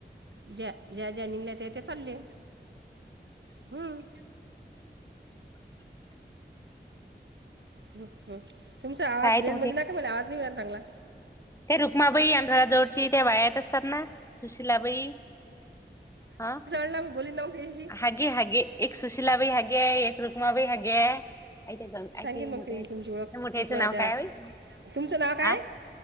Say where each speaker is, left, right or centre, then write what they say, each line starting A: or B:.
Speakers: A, on the right (about 80°); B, on the left (about 15°).
A: ज्या ज्या ज्यानंगल्या त्या ते चालले हं, ह तुमचं आज
B: काय
A: रेज
B: ते
A: म ना का मला आज म येला चांगला
B: त्या रुक्माबाई आमच्याड जवळची त्या वाया येत असतात ना सुशिलाबाई हा
A: लामहीोलली नाव घची
B: हे हे एकक सुशीलला बाै हे एक एक रुक्मा बई ह यत
A: सांगेन
B: य
A: मग
B: मोठ्याच
A: ते तुमची ओळख
B: मोठ्या
A: की
B: याचं
A: तू
B: नाव
A: त्या
B: काय आहेल
A: तुमचं नाव काय
B: हा
A: आहे?